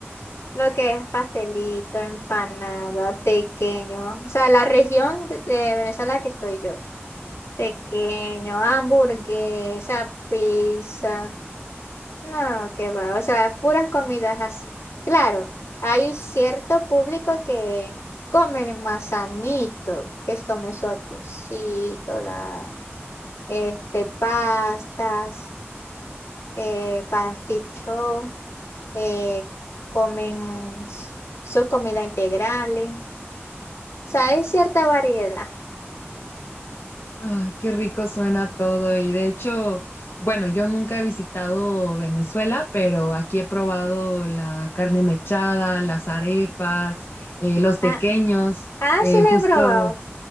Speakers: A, on the left (about 80°); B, on the left (about 55°).
A: Lo que es pastelito, empanada, tequeño. O sea, la región de, de Venezuela que estoy yo. Tequeño, hamburguesa, pizza. No, qué va. O sea, puras comidas así. Claro, hay cierto público que comen más sanito, que es comer su atuncito, la, este, pastas, eh, pasticho, eh, comen s- sus comidas integrales. O sea, hay cierta variedad.
B: Ay, qué rico suena todo. Y de hecho, bueno, yo nunca he visitado Venezuela, pero aquí he probado la carne mechada, las arepas, eh, los
A: Ah,
B: tequeños,
A: ah,
B: eh,
A: sí le
B: justo,
A: he probado.